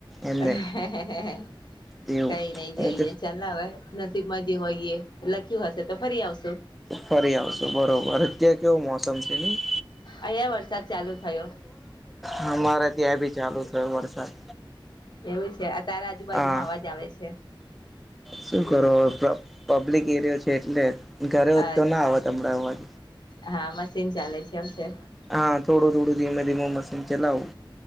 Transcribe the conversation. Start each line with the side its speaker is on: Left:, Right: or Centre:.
Centre: એમને
Left: હે હે હે
Centre: એવું
Left: કઈ નઈ
Centre: હું
Left: જોઈએ ચલ ને હવે. નસીબમાં જે હોય એ લખ્યું હશે તો ફરી આવશુ.
Centre: ફરી આવશું બરોબર. અત્યારે કેવો મો સમ છે નહીં
Left: અહીંયા વરસાદ ચાલુ થયો
Centre: <unintelligible> અમારે ત્યાં એ ભી ચાલુ થયો વરસાદ.
Left: એવું છે? આ તારા આજુબાજુમાં
Centre: હા
Left: અવાજ આવે છે.
Centre: શું કરો પબ્લિક એરિયો છે એટલે. ઘરે હોત
Left: અચ્છા
Centre: તો ના આવત હમણાં અવાજ.
Left: હા મશીન ચાલે છે. એવું છે?
Centre: હા થોડું થોડું ધીમે ધીમે મશીન ચલાવુ.